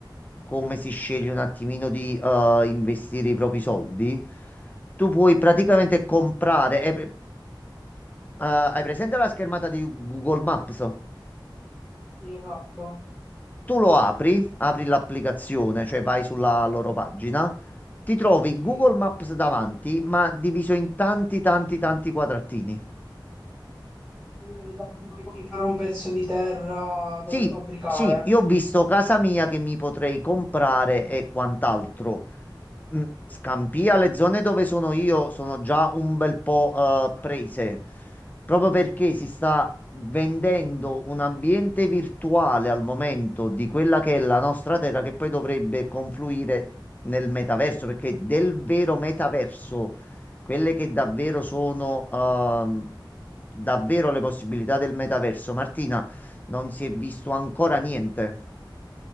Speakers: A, on the left (about 20°); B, in the centre.
A: come si sceglie un attimino di eh, investire i propri soldi. Tu puoi
B: Mm.
A: praticamente comprare, è Eh, hai presente la schermata di Google Maps?
B: Sì, esatto,
A: Tu lo apri, apri l'applicazione, cioè vai sulla loro pagina, ti trovi
B: sì.
A: Google Maps davanti, ma diviso in tanti, tanti, tanti quadratini.
B: Quindi diciamo, ti puoi comprare un pezzo di terra dove
A: Sì,
B: fabbricare.
A: sì, io ho visto casa mia che mi potrei comprare e quant'altro. Mm, Scampia,
B: Mm.
A: le zone dove sono io sono già un bel po' eh, prese, proprio perché si sta vendendo un ambiente virtuale al momento di quella che è la nostra terra, che poi dovrebbe confluire nel metaverso, perché del vero metaverso, quelle che davvero sono ehm, davvero le possibilità del metaverso, Martina non si è visto ancora niente.